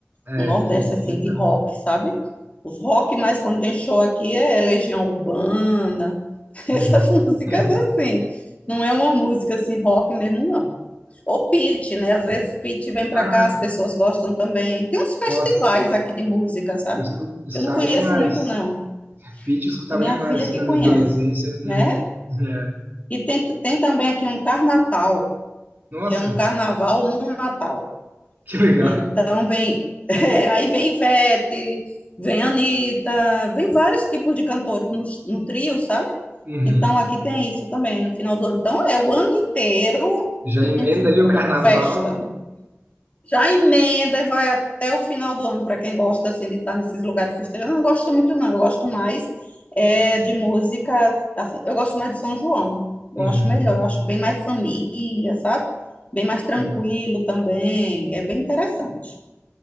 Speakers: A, on the right; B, on the left.
A: É,
B: No Nordeste,
A: que a gente
B: assim,
A: vai estar.
B: de rock, sabe? Os rock, mais quando tem show aqui, é Legião Urbana, <laughs> essas
A: Uhum.
B: músicas
A: <laughs>
B: assim. Não é uma música assim, rock mesmo, não. Ou Pit, né? Às vezes Pit vem para
A: Ah,
B: cá, as pessoas gostam também. Tem uns festivais
A: nossa,
B: aqui de música, sabe?
A: eu escu- escutava
B: Eu não conheço
A: demais.
B: muito, não.
A: Pitty eu escutava
B: É minha
A: demais,
B: filha
A: assim,
B: que
A: na minha
B: conhece,
A: adolescência. Uhum,
B: né?
A: né?
B: E tem, tem também aqui um Carnatal,
A: Nossa,
B: que é um carnaval no Natal.
A: que legal.
B: Então vem, <laughs> eh, aí vem Ivete, vem Anitta, vem vários tipos de cantores no, no trio, sabe?
A: Uhum.
B: Então aqui tem isso também no final do ano. Então é o ano inteiro
A: Já
B: um-
A: emenda ali o carnaval.
B: festa, já emenda e vai até o final do ano, para quem gosta assim de estar nesses lugares festejando. Eu não gosto muito, não. Eu gosto mais é, de músicas, assim, eu gosto mais de São João. Eu
A: Uhum.
B: acho melhor, eu acho bem mais família, sabe? Bem mais tranquilo
A: É,
B: também. É bem interessante.